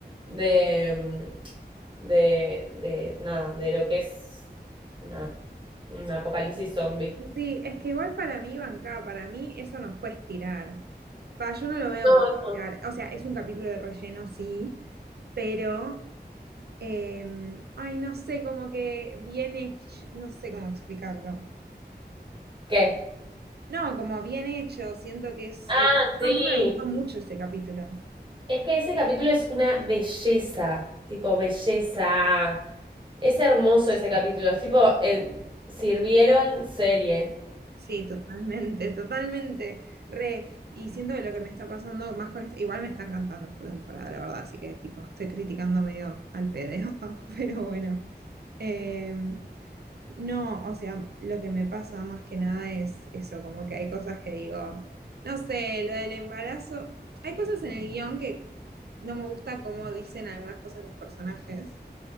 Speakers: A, on the right; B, on the right.
A: de, mm, de, de nada, de lo que es una, un apocalipsis zombie.
B: Sí, es que igual para mí, Banca, para mí eso no fue estirar. Va, yo no lo veo
A: No,
B: como
A: no.
B: estirar. O sea, es un capítulo de relleno, sí, pero, eh, ay, no sé, como que bien hecho, no sé cómo explicarlo.
A: ¿Qué?
B: No, como bien hecho, siento que es...
A: Ah,
B: eh, a
A: sí.
B: todo el mundo le gustó mucho ese capítulo.
A: Es que ese capítulo es una belleza, tipo belleza. Es hermoso ese capítulo, es tipo el sirvieron serie.
B: Sí, totalmente, totalmente, re. Y siento que lo que me está pasando más con esto, igual me está encantando esta temporada, la verdad, así que tipo, estoy criticando medio al pedo, <laughs> pero bueno. Em, No, o sea, lo que me pasa más que nada es eso, como que hay cosas que digo, no sé, lo del embarazo, hay cosas en el guión que no me gusta cómo dicen algunas cosas los personajes,